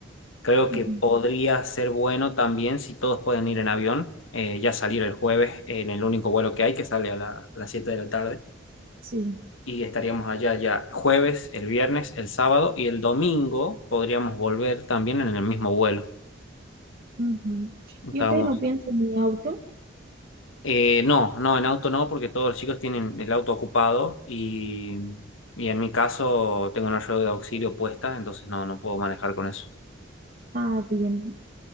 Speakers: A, on the left; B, on the right.
A: Creo
B: ujú,
A: que podría ser bueno también si todos pueden ir en avión, eh, ya salir el jueves en el único vuelo que hay, que sale a, la- a las 7 de la tarde,
B: Sí.
A: y estaríamos allá ya jueves, el viernes, el sábado y el domingo podríamos volver también en el mismo vuelo.
B: Ujú.
A: Estábamos,
B: Y ustedes no piensan en mi auto.
A: eh, no, no, en auto no, porque todos los chicos tienen el auto ocupado y, y en mi caso tengo una rueda de auxilio puesta, entonces no, no puedo manejar con eso.
B: Ah, bien.